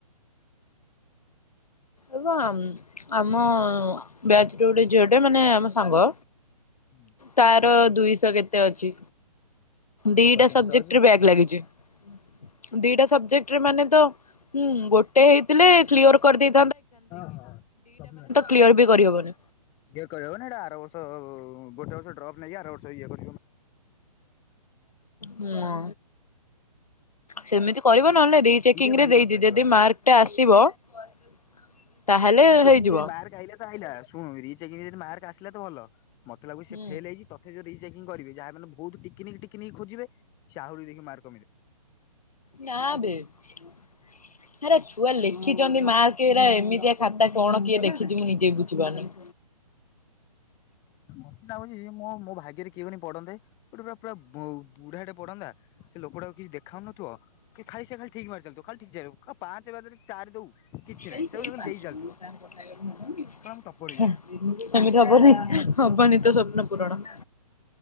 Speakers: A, on the left (about 70°); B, on the left (about 15°).
A: ଏବ ମ ଆମ ବ୍ୟାଚର ଗୋଟେ ଝିଅଟେ ମାନେ ଆମ ସାଙ୍ଗ।
B: ନାହିଁ।
A: ତା। ଦୁଇଶହ କେତେ ଅଛି। ଦିଟା
B: ମୋର ବା ତିନିଶହ
A: ସବଜେକ୍ଟ
B: ଅଛି।
A: ରେ ବ୍ୟାଗ ଲାଗିଛି। ଉ ହୁଁ। ଦିଟା ସବଜେକ୍ଟରେ ମାନେ ତ। ହୁଁ ଗୋଟେ ହେଇଥିଲେ କ୍ଲିଅର କରିଦେଇ
B: ହ ହଁ ଗପି ପାଖରୁ
A: କ୍ଲିୟର ବି କରିହବନି।
B: ଝିଅ କରିବ ମାନେ ଏଇଟା ଆର ବର୍ଷ ଗୋଟେ ବ ଡ୍ରପ ନେଇକି ଆର ବର୍ଷ ଇଏ କ
A: ହୁଁ। ସେମିତି କରିବ। ନହେଲେ ରିଚେକିଂ
B: ଦିଟା ଭାରି
A: ରେ ଦେଇଛି
B: କଷ୍ଟ ଏଇଥର।
A: ଯଦି ମାର୍କ ଟା ଆସିବ। <unintelligible>
B: ବିଚାରି
A: ହେଇଯିବ।
B: ର ଯଦି ମାର୍କ ଆଇଲା। ଆଇଲା ଶୁଣୁ ରିଚେକିଂ ରେ ଯଦି ମାର୍କ ଆସ ସିଲା ତ ଭଲ ମତେ ଲାଗୁଚି ସେ
A: ହୁଁ
B: ଫେଲ ହେଇଛି ତତେ ଯଦି। ରୀଚେକିଂ କରିବେ ଯାହା ମାନେ ବହୁତ ଟିକନିକ ଟିକିନିକ ଖୋଜିବେ ସେ ଆହୁରି ଦେଖି ମାର
A: ନା ବେ ଆରେ ଛୁଆ ଲେଖିଛନ୍ତି ମା କିଟା ଏମିତିଆ ଖାତା କଣ କିଏ ଦେେଖିଛି ମୁଁ ନିଜେ ବୁଝିପାରୁନି।
B: ମତେ ଲାଗୁଛି ମୁଁ ମୋ ଭାଗ୍ୟରେ କିଏ ଗୋଟେ ପଢନ୍ତେ। ଗୋଟେ ପୁର ପୁରା ବୁ ବୁଢାଟେ ପଡନ୍ତା ସେ ଲୋକଟାକୁ କିଛି ଦେଖାଉନଥିବ କି ଖାଲି ସେ ଖାଲି ଠିକ ମାରି ଚାଲୁ ଥିବ ଖାଲି ଠିକ ଯିବ ପାଞ୍ଚ ବାରି ଦଉ। କିଛି
A: ତମିତି
B: ନାହିଁ ସେ ଖାଲି ଦେଇ ଚାଲୁଥିବ ଶଳା ମୁଁ ଟପର ହେଇଯାନ୍ତି
A: ହବନି <unintelligible> ହବନି ତ ସପ୍ନ ପୂୁରଣ ର